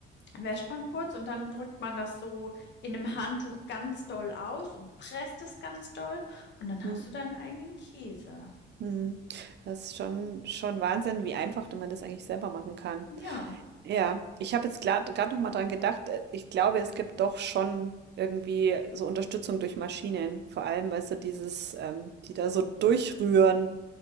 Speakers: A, on the left; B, on the right.
A: wäscht man kurz und dann drückt man das so in einem Handtuch ganz doll aus und presst es ganz doll und dann
B: Mhm.
A: hast du deinen eigenen Käse.
B: Mhm. Das ist schon schon Wahnsinn, wie einfach man das eigentlich selber machen kann.
A: Ja,
B: Ja, ich habe jetzt gerade noch mal dran gedacht, äh, ich glaube, es gibt doch schon irgendwie so Unterstützung durch Maschinen, vor allem, weißt du, dieses, ähm, die da so durchrühren,